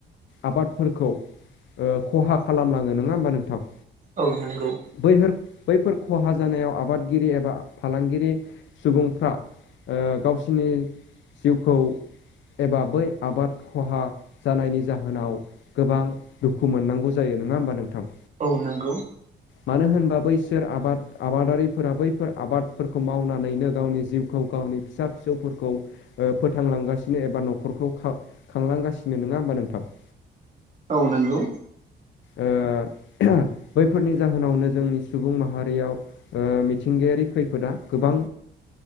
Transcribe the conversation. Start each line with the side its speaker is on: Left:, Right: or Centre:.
Left: आबादफोरखौ ओ खहा खालामलाङो नङा ओमबा नोंथां?
Right: औ नोंगौ।
Left: बैहोर बैफोर खहा जानायाव आबादगिरि एबा फालांगिरि सुबुंफ्रा ओ गावसिनि जिउखौ एबा बै आबाद खहा जानायनि जाहोनाव गोबां दुखु मोननांगौ जायो नङा ओमबा नोंथां?
Right: औ नोंगौ।
Left: मानो होनबा बैसोर आबाद आबादारिफोरा बैफोर आबादफोरखौ मावनानैनो गावनि जिउखौ गावनि फिसा फिसौफोरखौ ओ फोथांलांगासि नो एबा न'खरखौ खांलांगासिनो नङा ओमबा नोंथां?
Right: औ नोंगौ।
Left: ओ बैफोरनि जाहोनावनो जोंनि सुबुं माहारियाव ओ मिथिंगायारि खैफोदा गोबां